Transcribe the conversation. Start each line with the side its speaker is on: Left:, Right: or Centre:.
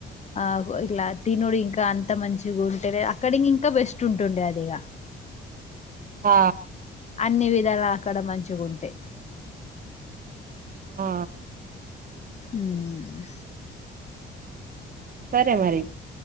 Left: ఆ ఇట్ల తినుడు ఇంక కా అంత మంచిగా ఉంటే అక్కడికింక బెస్ట్ చిన్టుండే అదిగ
Right: ఆ
Left: అన్ని విధాలా అక్కడ మంచిగుంటే
Right: ఆ
Left: ఆ హ్మ్
Right: సరే మరి